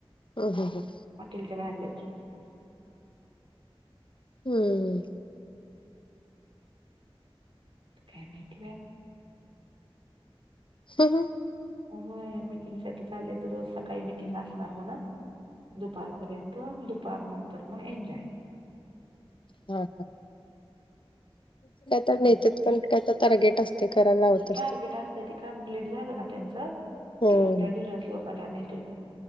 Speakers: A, on the left (about 60°); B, on the right (about 60°).
A: ह ह ह
B: हॉटेलच्या बाहेर जायच नाही.
A: हम्म
B: काय माहिती बया.
A: <unintelligible>
B: हो मिटिंगसाठी चाललेय तर रोज सकाळी मिटिंग असणार म्हण. दुपारपर्यंत. दुपार नंतर मग एन्जॉय.
A: हा का तर नेतेत पण काय तर टार्गेट असते करायला लावत असते
B: टार्गेट अस ते कम्प्लीट झाल ना त्यांच,
A: हम्म.
B: की मग त्या डिलर्स लोकांना नेत्यात.